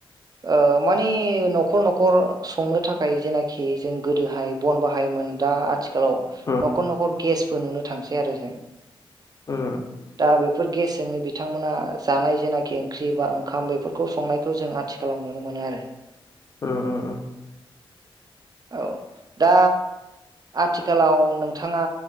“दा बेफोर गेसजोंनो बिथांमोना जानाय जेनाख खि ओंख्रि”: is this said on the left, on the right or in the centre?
Right